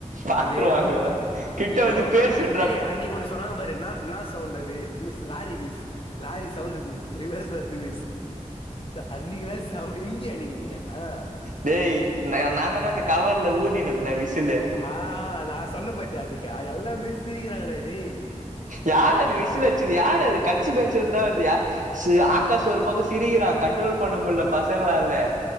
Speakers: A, on the right (about 85°); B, on the left (about 45°).
A: பாத்துருவாங்க
B: அதேதான்பா
A: கிட்ட
B: என்னமோ
A: வந்து பேசுனு
B: பண்றீங்க டேய் அண்ணிக்கு ஒன்னு சொன்னாங்க பாரு என்னா என்னா சவுண்டது miss lorry miss lorry sound miss reverse வருது மிஸ் அன்னிக்கலாம் செம இந்தி அன்னக்குனிய ஆ
A: டேய் <unintelligible> நா தான அந்தகவர்ல ஊதினிருந்தன் விசிலு
B: ஆ நா சொன்னே பாத்தியா அன்னைக்கி அ எல்லாமே சிரிக்கிறாங்கடா டேய்
A: யாரு அது விசில் வச்சது யாரு அது கட்சி பெஞ்சலதுந்தா வருது யா ச ஆகாஷ் ஒரு பக்கம் சிரிக்கிறான் கண்ட்ரோல் பண்ண முடில பசங்களால